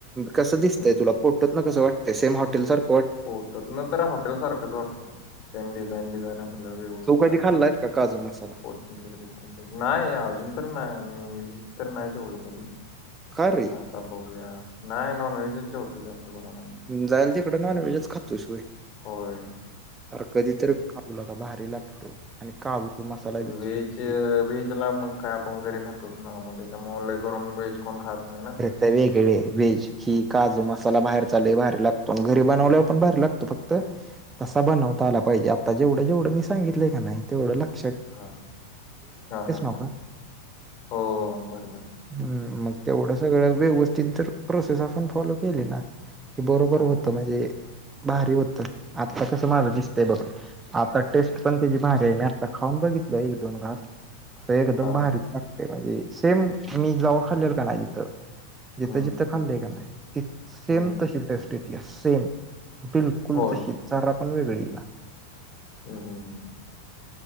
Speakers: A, on the right; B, on the left.
A: कसं दिसतय
B: हम्म.
A: तुला फोटोतन कसं वाटतय सेम हॉटेलसारखं?
B: फोटोतन तर हॉटेल सारखंच वाटतंय सेम डिझाईन बिझाईन आप पल व्यवस्थित
A: तू कधी
B: आगदी
A: खाल्लायस का काजू मसाला
B: होत र्य <unintelligible> नाही अजून तर नाही आम्ही व्हेज तर नाही जेवलो कधी.
A: का रे?
B: आता बघूया, नाही नॉन व्हेजच जेवतोय जास्त करून आम्ही.
A: जाईल तिकड नॉन व्हेजच खातोस व्हय.
B: होय
A: अर कधीतरी खातो लेका भारी लागत आणि काजू मसाला हम्म
B: व्हेज व्हेजला मग काय आपण घरी खा तोच ना म त्याच्यामुळ लई करून वेज कोण खात नाही ना.
A: सगळी कडे वेज. ही काजू मसाला बाहेरचा लई भारी लागतो आणि घरी बनवल्यावर पण बाहेर लागतो फक्त तसा बनवता आला पाहिजे आता जेवढं जेवढं मी सांगितलय का नाही तेवढं लाग
B: हा, हा हा हा,
A: आपण
B: हो बरोबर हाय.
A: हम् मग तेवढं सगळं व्यवस्थित तर प्रोसेस आपण फॉलो केली ना. की बरोबर
B: हा
A: होत म्हणजे, भारी होतं, आता कसं माझं दिसतंय बघ. आता टेस्ट पण त्याजी भारी आहे मी आता खाऊन बघितलं एक दोन घास. असं एकदम
B: हा
A: भारीच लागतय म्हणजे सेम मी जवा खाल्लेल का नाही तिथं जिथं
B: हम्म
A: जिथं खाल्ले का नाही, ति सेम
B: हम्म
A: तशी टेस्ट येत्या सेम. बिलकुल
B: होय
A: तशी जरा पण वेगळी ईना.
B: हम्म हम्म हम.